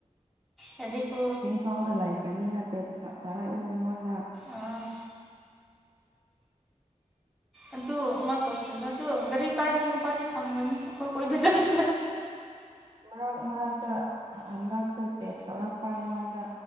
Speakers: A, in the centre; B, on the right.
A: ꯌꯗꯦꯀꯣ
B: ꯐꯥꯎꯗ ꯂꯥꯏꯐꯅꯤ ꯅꯠꯇꯦ ꯊꯥꯏꯔꯛ ꯑ ꯉꯣꯟꯗ
A: ꯑꯥ ꯑꯗꯨ ꯑꯃ ꯇꯧꯁꯤꯅꯨ ꯑꯗꯨ ꯒꯥꯔꯤ ꯄꯥꯏꯗꯣ ꯅꯨꯄꯥꯗꯤ ꯊꯝꯒꯅꯨ ꯑꯩꯈꯣꯏ ꯀꯣꯏꯕ ꯆꯠꯁꯤ
B: ꯃꯔꯛ ꯃꯔꯛꯇ ꯍꯟꯗꯛꯁꯦ ꯇꯦꯛꯁ ꯇꯧꯔꯛꯄ ꯑꯩꯉꯣꯟꯗ